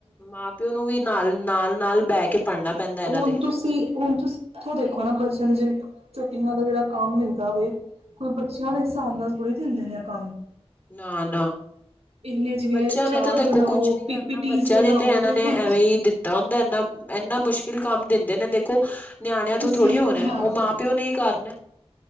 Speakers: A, on the left; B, on the right.
A: ਮਾਂ-ਪਿਓ ਨੂੰ ਵੀ, ਨਾਲ-ਨਾਲ-ਨਾਲ ਬੈ ਕੇ ਪੜ੍ਹਨਾ ਪੈਂਦਾ, ਏਨਾਂ
B: ਹੁਣ
A: ਦੇ।
B: ਤੁਸੀਂ ਹੁਣ, ਤੁਸੀਂ ਇੱਥੋਂ ਦੇਖੋ ਨਾ, ਬੱਚੇਆਂ ਨੂੰ ਜਿਵੇ ਛੁੱਟੀਆਂ ਦਾ ਜੇੜਾ ਕੰਮ ਮਿਲਦਾ, ਵੇ ਕੋਈ ਬੱਚੇਆਂ ਦੇ ਹਿਸਾਬ ਨਾਲ, ਥੋੜ੍ਹੀ ਦਿੰਦੇ ਨੇ ਆ ਕੰਮ।
A: ਨਾ-ਨਾ।
B: ਇੰਨੇ ਜਿਵੇਂ
A: ਬੱਚੇਆਂ
B: ਚਾਰਟ
A: ਨੇ ਤਾਂ ਦੇਖੋ
B: ਬਣਾਓ
A: ਕੁਛ ਨੀ ਕਰਨਾ,
B: ਪੀ ਪੀ ਟੀਜ਼
A: ਬੱਚਿਆਂ
B: ਬਣਾਓ
A: ਦੀ ਤੇ ਏਨਾਂ
B: ਦੇਖੋ
A: ਨੇ ਐਵੇਂ ਦੀ ਤਾ ਹੁੰਦਾ ਏਂਨਾ-ਏਂਨਾ ਮੁਸ਼ਕਿਲ ਕੰਮ ਦਿੰਦੇ ਨੇ ਦੇਖੋ, ਨਿਆਣੇਆਂ
B: ਤੁਸੀਂ
A: ਤੋਂ ਥੋੜ੍ਹੀ ਹੋਣਾ
B: ਹਾਂ
A: ਓ ਮਾਂ -ਪਿਓ ਨੇ ਕਰਨਾ।